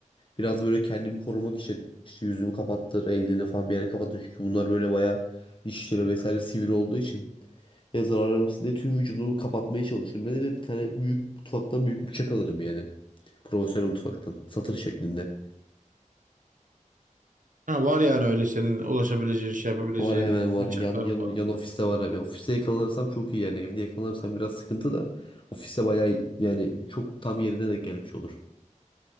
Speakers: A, on the left; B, on the right.
A: biraz da böyle kendimi korumak için işte yüzümü kapattır, ellerini falan bir yere kapattır. Çünkü bunlar böyle bayağı dişleri vesaire sivri olduğu için Yazar aramsinde tüm vücudumu kapatmaya çalışırım. Ben de bir tane büyük mutfaktan büyük bıçak alırım yani. Profesyonel mutfaktan. Satır şeklinde.
B: Ha, var yani öyle senin ulaşabileceğin şey yapabileceğin
A: Var hemen var.
B: bıçakların
A: Yan, yan, yan ofiste var hemen. Ofiste yakalanırsam çok iyi yani. Evde yakalanırsam biraz sıkıntı da. Ofiste bayağı yani çok tam yerine denk gelmiş olur.